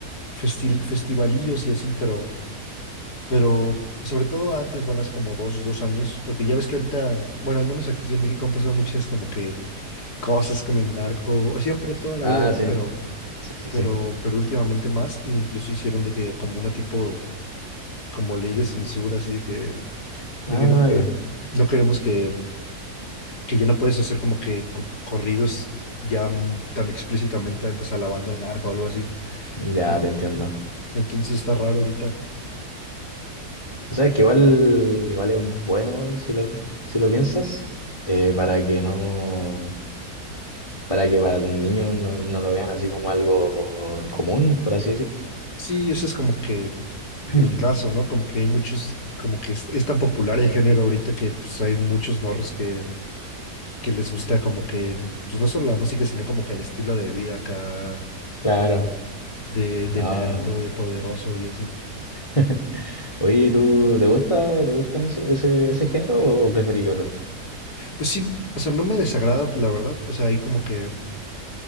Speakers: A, on the left; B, on the left.
A: festi- festivalillos y así, pero... pero sobre todo antes, van hace como dos, dos años, porque ya ves que ahorita, bueno, al menos aquí en México han pasado muchas como que cosas con el narco, o siempre toda la
B: Ah,
A: vida, ¿no?
B: sí.
A: Pero,
B: Sí, sí, sí.
A: pero, pero últimamente más, e incluso hicieron de que como una tipo, como ley de censura, así de que, de
B: Ah,
A: que no, quere-
B: ya.
A: no queremos que, que ya no puedes hacer como que co- corridos ya mm, tan explícitamente, pues alabando al narco o algo así.
B: Ya
A: En-
B: te entiendo.
A: Entonces está raro ahorita.
B: O sea, es que igual, igual es bueno si lo, si lo piensas, eh, para que no, para que para los niños no, no lo vean así como algo común, por así decirlo.
A: Sí, eso es como que
B: <clears throat>
A: el caso, ¿no? Como que hay muchos, como que es, es tan popular el género ahorita que pues hay muchos morros que, que les gusta como que, pues no solo la música, sino como que el estilo de vida acá,
B: Claro,
A: de, de
B: no.
A: narco, de poderoso y así.
B: <laughs> Oye, ¿y ¿tú te gusta, te gustan eso, ese, ese género o preferís otro?
A: Pues sí, o sea, no me desagrada, la verdad. O sea, hay como que,